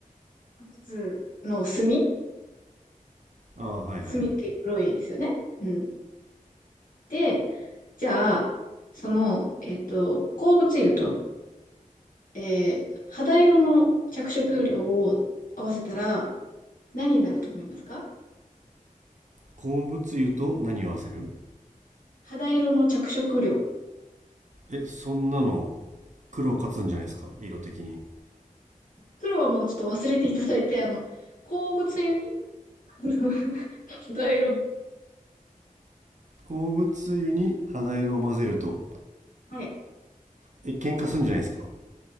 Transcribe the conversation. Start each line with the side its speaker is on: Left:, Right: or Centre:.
Left: 靴の墨
Right: ああ、はいはいはい。
Left: 墨って黒いですよね。うん。で、じゃあ、その、えっと、鉱物油と、えー、肌色の着色料を合わせたら何になると思いますか
Right: 鉱物油と何を合わせる
Left: 肌色の着色料。
Right: え、そんなの、黒勝つんじゃないですか、色的に。
Left: それはもうちょっと忘れていただいて、あの、鉱物油に <laughs> 肌色。
Right: 鉱物油に肌色を混ぜると。
Left: はい。
Right: え、喧嘩するんじゃないですか。